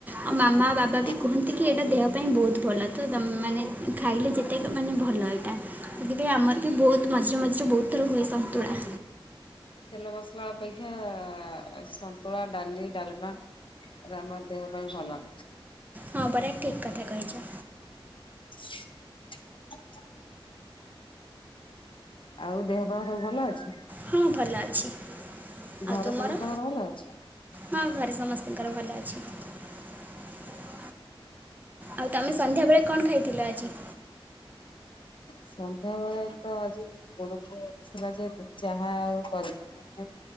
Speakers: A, on the right; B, on the left.
A: ଆଉ ମାମା
B: ହଁ।
A: ବାବା ବି କୁହନ୍ତି କି ଏଇଟା ଦେହ ପାଇଁ ବହୁତ ଭଲ ତ ତମେ ମାନେ ଖାଇଲେ ଯେତେ ମାନେ ଭଲ ଏଇଟା ସେଥିପାଇଁ ଆମର ବି ବହୁତ ମଝିରେ ମଝିରେ ବହୁତ ଥର ହୁଏ ସନ୍ତୁଳା।
B: ତେଲ ମସଲା ଅପେକ୍ଷା ଆ ସନ୍ତୁଳା ଡାଲି ଡାଲମା। ଆମ ଦେହ ପାଇଁ ଭଲ।
A: ହଁ ପରା ଠିକ କଥା କହିଛ।
B: <unintelligible> ଆଉ ଦେହ ଫା ସବୁ ଭଲ ଅଛି।
A: ହଁ ଭଲ ଅଛି
B: ଘରେ
A: ଆଉ ତୁମର
B: ସମସ୍ତଙ୍କର ଭଲ ଅଛି?
A: ହଁ ଘରେ ସମସ୍ତଙ୍କର ଭଲ ଅଛି। <unintelligible> ଆଉ ତମେ ସନ୍ଧ୍ୟା ବେଳେ କଣ ଖାଇଥିଲ ଆଜି।
B: ସନ୍ଧ୍ୟା ବେଳେ ତ ଆଜି ଗୋଡ ଗୋଡ ଥିଲା ଯେହେତୁ ଚାହା ଆଉ କରିବ ମେ